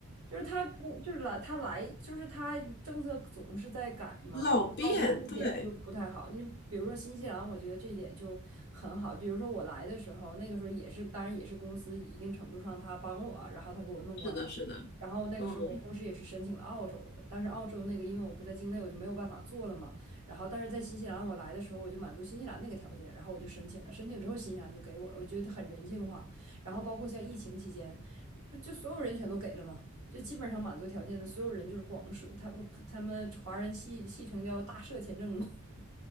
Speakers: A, on the right; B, on the left.
A: 就是他不就是来他来就是他政策总是在改嘛，
B: <laughs> 老变，
A: 我觉得澳洲这一点就不太好。
B: 对。
A: 你比如说新西兰，我觉得这一点就很好。比如说我来的时候，那个时候也是，当然也是公司一定程度上他帮我，然后他给我弄过来。
B: 是的，是的，
A: 然后那个时候我同时也是申请了澳洲的，
B: 嗯，
A: 但是澳洲那个因为我不在境内，我就没有办法做了嘛。然后但是在新西兰我来的时候，我就满足新西兰那个条件，然后我就申请了，申请之后新西兰就给我了，我觉得很人性化。然后包括像疫情期间，不就所有人全都给了吗？就基本上满足条件的所有人就是广社，他们他们华人系系称叫大社签证嘛。<laughs>